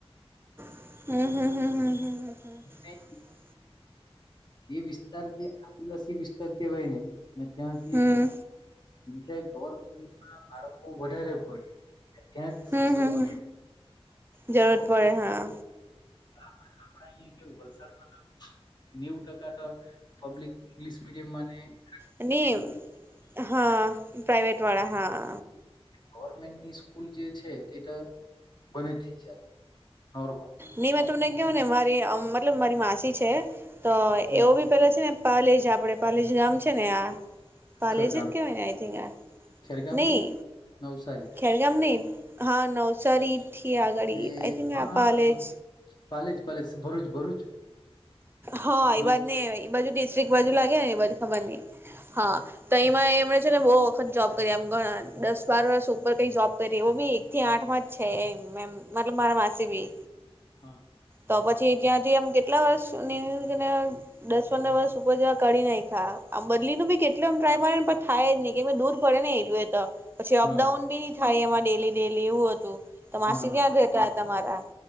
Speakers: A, on the right; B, on the left.
A: હમ હમ હમ હમ હમ હમ
B: ને
A: હમ
B: એ વિસ્તાર જે આદિવાસી વિસ્તાર કેહેવાયને, અને ત્યાં જે
A: હમ
B: કેમકે ગિવેરમેન્ટમાં બાળકો વધારે ભણે. ત્યાં જ
A: હમ
B: શિક્ષકોની
A: હમ હમ
B: <inaudible>
A: જરૂરત પડે હા.
B: આપડે આપડે અહિયાં કેવું વલસાડમાં તો નેવ ટકા તો પબ્લિક ઇંગલિશ મિડિયમમાં અને
A: અને હા. પ્રાઈવેટવાળા હા
B: ગવર્મેન્ટની સ્કૂલ જે છે તે તો <unintelligible> બને જ છે ચાલે નોર્મલ.
A: નઈ મે તમને કેવને, મારી અ મતલબ મારી માસી છે. તો
B: હમ
A: એવું બી પેલા છે ને? પાલેજ આપડે પાલેજ ગામ છે ને આ પાલેજ
B: ખેરગામ
A: કેહવાય ને આઇ થિન્ક આ
B: ખેરગામ
A: નહી.
B: કે નવસારી
A: ખેરગામ નહી. હા નવસારીથી આગડી
B: એ
A: આઈ થિન્ક
B: હા
A: આ
B: હા
A: પાલેજ
B: હા પાલેજ પાલેજ ભરૂુંજ ભરૂચ.
A: હા
B: ભરૂચ
A: એ બાજ નય એ બાજુ ડિસ્ટ્રિક બાજુ લાગે ને? એ બાજુ ખબર નઈ. હા તો એમાં એમ જ છે ને બહુ વખત જોબ કરી એમ ઘણા દસ બાર વર્ષ ઉપર કઈ જોબ કરી એવો બી એકથી આઠમાં જ છે એ મે મતલબ મારા માસી બી.
B: હા
A: તો પછી ત્યાંથી આમ કેટલા વર્ષને <unintelligible> દસ પંદર વર્ષ ઉપર જેવા કાઢી નાખ્યા. આમ બદલીનું બી કેટલો એમ ટ્રાય માર્યોને પણ થાય જ નહી કે દૂર પડેને એલું એ તો પછી
B: હા
A: અપડાઉન બી થાઈ એમાં ડેલી ડેલી એવું હતું. તો માસી
B: હા
A: ત્યાં જ રહેતા હતા મારા.